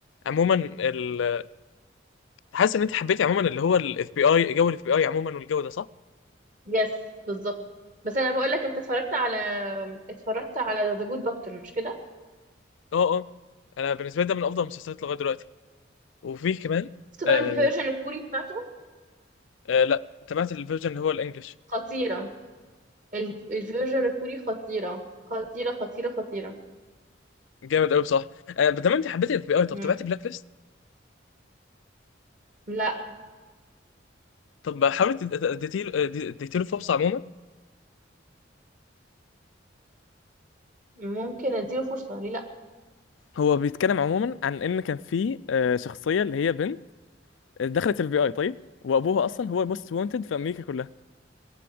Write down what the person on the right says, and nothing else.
يس بالظبط بس انا بقول لك انت اتفرجت على اتفرجت على ذا جود دكتور مش كده
شفت بقى
الفيرجن الكوري بتاعته
خطيره ال- الفيرجن الكوري خطيره خطيره خطيره خطيره
مم.
لا
ممكن اديله فرصه ليه لا